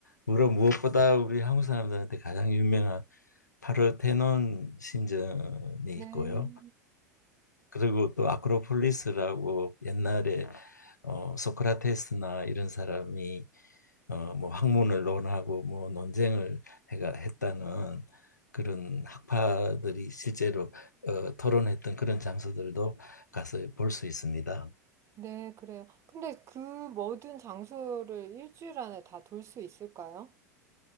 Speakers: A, on the left (about 80°); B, on the right (about 30°).
A: 물론 무엇보다 우리 한국 사람들한테 가장 유명한 파르테논 신전이 있고요.
B: 네.
A: 그리고 또 아크로폴리스라고 옛날에 어, 소크라테스나 이런 사람이 어, 뭐 학문을 논하고 뭐 논쟁을 해가 했다는 그런 학파들이 실제로 어, 토론했던 그런 장소들도 가서 볼 수 있습니다.
B: 네, 그래요. 근데 그 모든 장소를 일주일 안에 다 돌 수 있을까요?